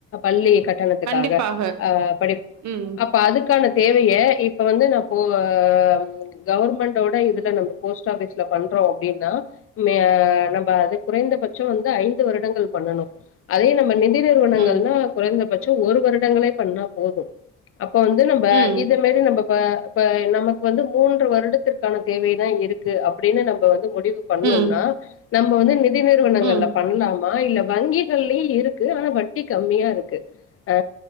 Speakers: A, on the left; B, on the right.
A: பள்ளி கட்டணத்துக்காக
B: கண்டிப்பாக.
A: ஆ படிப்
B: ம்
A: இப்ப அதுக்கான தேவைய இப்ப வந்து நா போ ஆ கவர்மெண்டோட இதுல நம்ப போஸ்ட் ஆபிஸ்ல பண்றோ அப்டீன்னா மே ஆ நம்ம அது குறைந்தபட்சோ வந்து ஐந்து வருடங்கள் பண்ணணோ அதே நம்ம நிதி நிறுவனங்கள்னா
B: ம்.
A: குறைந்தபட்சோ ஒரு வருடங்களே பண்ணா போதோ அப்ப வந்து நம்ப
B: ம்.
A: இத மாரி நம்ப ப ப நமக்கு வந்து மூன்று வருடத்திற்கான தேவைதா இருக் கு அப்டீன்னு நம்ம வந்து முடிவு பண்ணோம்னா
B: ம்,
A: நம்ம வந்து நிதி நிறுவனங்கள்ல
B: ம்.
A: பண்லா மா இல்ல வங்கிகள்லயு இருக்கு ஆனா வட்டி கம்மியா இருக்கு ஆ